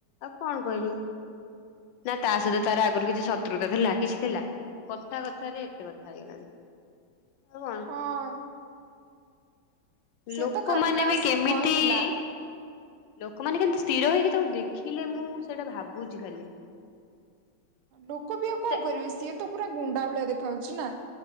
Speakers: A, on the left; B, on the right.
A: ଆଉ କଣ କହିବୁ? ନା ତା ସହିତ ତାର ଆଗରୁ କିଛି ଶତ୍ରୁତା ଥିଲା କିଛି ଥିଲା! କଥା କଥାରେ ଏତେ କଥା ହେଇଗଲାଣି ଆଉ କଣ?
B: ହଁ ସିଏ
A: ଲୋକମାନେ
B: ତ ଖାଲି ବାସ୍
A: ବି କେମିତି-ଇ
B: କହିଲା।
A: ଲୋକମାନେ କେମତି ସ୍ଥିର ହେଇକି ତାକୁ ଦେଖିଲେ? ମୁଁ ସେଇଟା ଭାବୁଛି ଖାଲି।
B: ଲୋକ ବିି ଆଉ କଣ
A: ସେ
B: କରିବେ? ସିଏ ତ ପୁରା ଗୁଣ୍ଡା ଭଳିଆ ଦେଖାହଉଛି ନା!